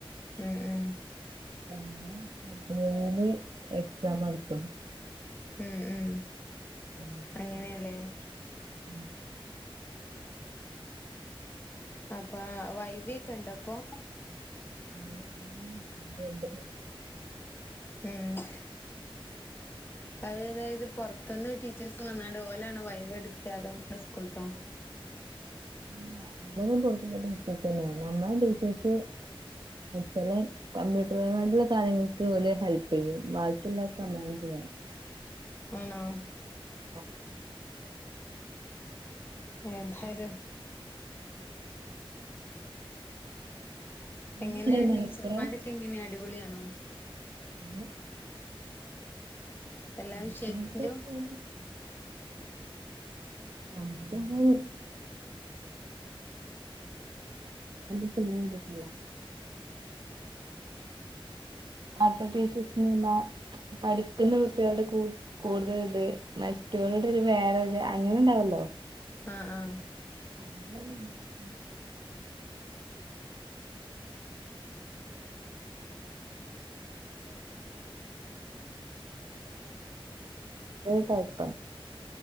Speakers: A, on the left (about 20°); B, on the right (about 55°).
A: ഉം ഉം
B: <unintelligible> മേയില് എക്സാമാണ്. അ
A: ഉം ഉം
B: <unintelligible>
A: അങ്ങനെയല്ലേ
B: ഉം
A: അപ്പ വൈവെക്കെ ഇണ്ടോ ഇപ്പൊ?
B: വൈ ഉം ഇണ്ട് ഇണ്ട്.
A: ഉം അതായത് പുറത്ത്ന്ന് ടീച്ചേഴ്സ് വന്നാണ്ട് ഓലാണോ വൈവെ എടുക്ക അതോ ങ്ങളെ സ്കൂളത്തോ?
B: ഇല്ല എന്തയാലും പൊറത്തുന്നുള്ള ടീച്ചേഴ്‌സ് തന്നെയാണ് നമ്മളെ ടീച്ചേഴസ് ചില കമ്പ്യൂട്ടർ പരമായിട്ടുള്ള കാര്യങ്ങൾക്ക് ഓല് ഹെല്പ് ചെയ്യും ബാക്കിയുള്ളതക്കെ നമ്മളന്നെ ചെയ്യണം.
A: ആണോ?
B: ആ
A: എന്തായാലും എങ്ങനെ
B: നിങ്ങടെ മലപ്പുറം
A: ടീച്ചർമാരൊക്കെങ്ങനെ അടിപൊളിയാ ആ
B: ഉം <unintelligible>
A: എല്ലാ വിഷയത്തിന്റെയും
B: ഞാന് <unintelligible> കിട്ടില്ല അതായത് അടുത്ത <unintelligible> പഠിക്കുന്ന കുട്ടികളോട് കൂടുതൽ ഇത് മറ്റുള്ളവരോട് വേറെ ഇത് അങ്ങനെ ഉണ്ടാവല്ലോ
A: ആ ആ
B: <unintelligible> കൊഴപ്പം